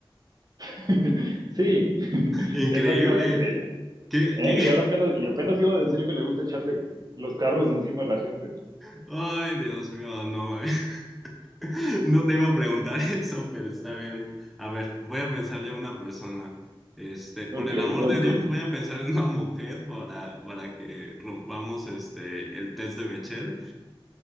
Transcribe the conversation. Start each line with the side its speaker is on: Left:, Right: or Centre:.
Right: <laughs> sí, <laughs>
Centre: Increíble,
Right: exactamente.
Centre: ¿eh? ¿Qué,
Right: ¿Eh?
Centre: qué?
Right: Y ahora apenas, y apenas iba a decir que le gusta echarle los carros encima a la gente.
Centre: <laughs> Ay, Dios mío, no, ¿eh? <laughs> No te iba a preguntar <laughs> eso, pero está bien. A ver, voy a pensar yo una persona. Este, por
Right: Ok,
Centre: el amor
Right: vas
Centre: de Dios,
Right: tú.
Centre: voy a pensar en una mujer para, para que rompamos este, el test de Bechdel